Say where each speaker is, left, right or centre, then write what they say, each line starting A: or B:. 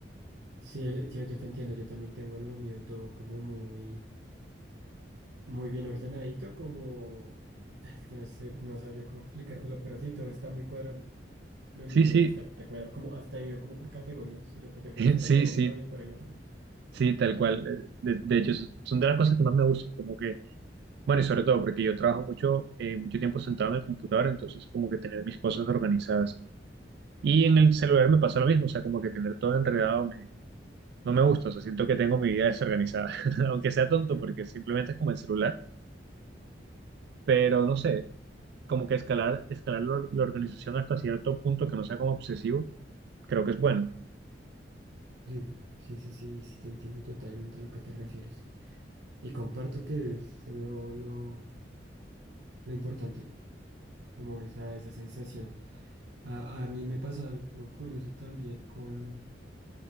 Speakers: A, on the right; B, on the right.
A: Sí, el- yo, yo te entiendo, yo también tengo lo mío todo como muy, muy bien ordenadito, como... Es que no sé, no sabría cómo explicártelo, pero sí, todo está muy cuadrado. Donde
B: Sí,
A: tiene
B: sí,
A: que estar cuadrado, como hasta ido como por categorías, lo que yo considero
B: <laughs> sí,
A: que a un
B: sí,
A: lado y por el otro.
B: sí, tal cual. Eh, De, de hecho, son son de las cosas que más me gustan, como que, bueno, y sobre todo porque yo trabajo mucho, eh, mucho tiempo sentado en el computador, entonces como que tener mis cosas organizadas. Y en el celular me pasa lo mismo, o sea, como que tener todo enredado me, no me gusta, o sea, siento que tengo mi vida desorganizada, <laughs> aunque sea tonto
A: Ah,
B: porque simplemente es como el celular, pero no sé, como que escalar, escalar la, or- la organización hasta cierto punto que no sea como obsesivo, creo que es bueno.
A: Sí, sí, sí, sí, sí, te entiendo totalmente a lo que te refieres. Y comparto que es lo, lo, lo importante, como esa, esa sensación. A, a mí me pasa algo curioso también con,